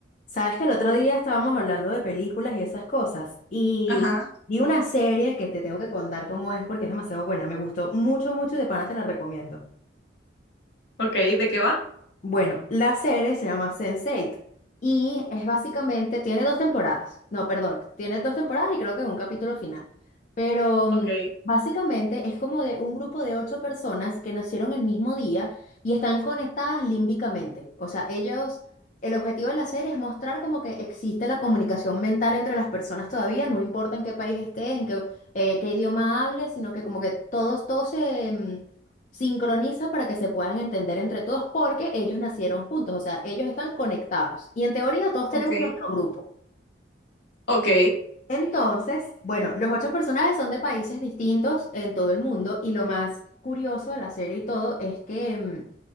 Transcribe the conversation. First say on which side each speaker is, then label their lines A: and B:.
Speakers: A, on the left; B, on the left.
A: Sabes que el otro día estábamos hablando de películas y esas cosas, y
B: Ajá,
A: vi una serie que te tengo que contar cómo es porque es demasiado buena, me gustó mucho, mucho y de pana te la recomiendo.
B: Ok, ¿de qué va?
A: Bueno, la serie se llama Sense8 y es básicamente, tiene dos temporadas, no, perdón, tiene dos temporadas y creo que un capítulo final, pero
B: Ok.
A: mm, básicamente es como de un grupo de ocho personas que nacieron el mismo día y están conectadas límbicamente. O sea, ellos, el objetivo de la serie es mostrar como que existe la comunicación mental entre las personas todavía, no importa en qué país estés, en qué, eh, qué idioma hables, sino que como que todos, todos se... mm, sincroniza para que se puedan entender entre todos porque ellos nacieron juntos, o sea, ellos están conectados y en teoría todos tenemos
B: ok.
A: nuestro grupo.
B: Ok.
A: Entonces, bueno, los ocho personajes son de países distintos en todo el mundo y lo más curioso de la serie y todo es que mm,